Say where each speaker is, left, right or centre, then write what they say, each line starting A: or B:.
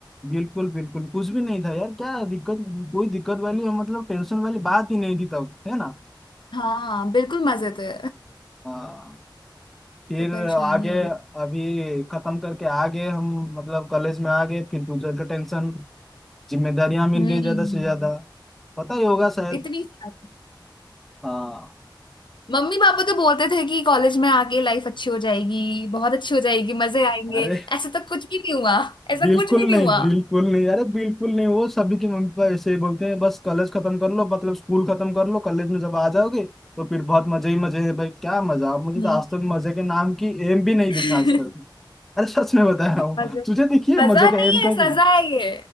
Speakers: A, in the centre; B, on the left (about 70°).
A: बिल्कुल बिल्कुल कुछ भी नहीं था यार क्या दिक्कत कोई दिक्कत वाली मतलब टेंशन वाली बात ही नहीं थी तब है ना
B: हाँ बिल्कुल मजे थे
A: हाँ फिर
B: तो परेशानी
A: आगे
B: हो रही
A: अभी खत्म करके आगे हम मतलब कॉलेज में आ गए फिर फ्यूचर का टेंशन जिम्मेदारियां मिल
B: है।
A: गई
B: हम्म
A: ज्यादा से ज्यादा पता ही होगा शायद
B: इतनी सारी
A: हाँ
B: मम्मी पापा तो बोलते थे कि कॉलेज में आके लाइफ अच्छी हो जाएगी बहुत अच्छी हो जाएगी मजे आएंगे
A: अरे
B: ऐसा तो कुछ भी नहीं हुआ ऐसा
A: बिल्कुल
B: कुछ भी नहीं
A: नहीं
B: हुआ
A: बिल्कुल नहीं अरे बिल्कुल नहीं वो सभी के मम्मी पापा ऐसे ही बोलते हैं बस कॉलेज खत्म कर लो मतलब स्कूल खत्म कर लो कॉलेज में जब आ जाओगे तो फिर बहुत मजे ही मजे है भाई क्या मजा मुझे
B: हम्म।
A: तो आज तक मजे के नाम की एम भी नहीं
B: <laughs>
A: दिखा आज तक अरे सच में बता रहा हूँ
B: मजे
A: तुझे दिखी है
B: मजा
A: मजे का
B: नहीं
A: एम
B: है
A: कभी
B: सजा है ये